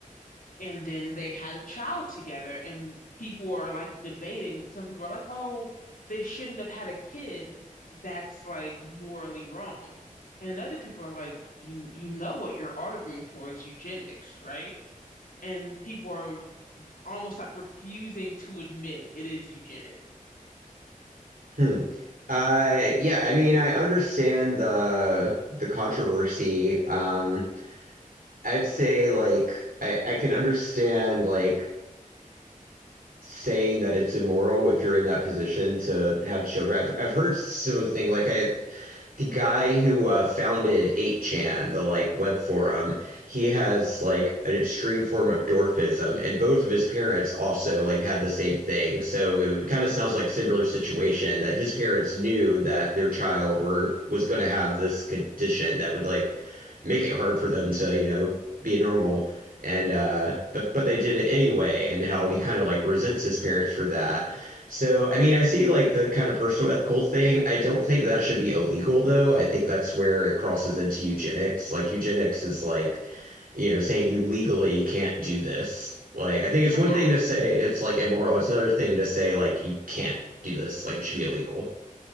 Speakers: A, on the left; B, on the right.
A: And then they had a child together, and people are like debating. Some people are like, oh, they shouldn't have had a kid. That's like morally wrong. And other people are like, you you know what you're arguing for is eugenics, right? And people are almost like refusing to admit it is eugenics.
B: Hmm. Uh, yeah, I mean, I understand the the controversy. Um, I'd say like I, I can understand like saying that it's immoral if you're in that position to have children. I've I've heard similar thing like I the guy who uh, founded 8chan, the like web forum, he has like an extreme form of dwarfism, and both of his parents also like had the same thing. So it, it kind of sounds like similar situation that his parents knew that their child were was going to have this condition that would like make it hard for them to you know be normal and uh but but they did it anyway and how he kind of like resents his parents for that so i mean i see like the kind of personal ethical thing i don't think that should be illegal though i think that's where it crosses into eugenics like eugenics is like you know saying you legally can't do this like i think it's
A: I
B: one
A: act
B: thing to say it's like immoral it's another thing to say like you can't do this like it should be illegal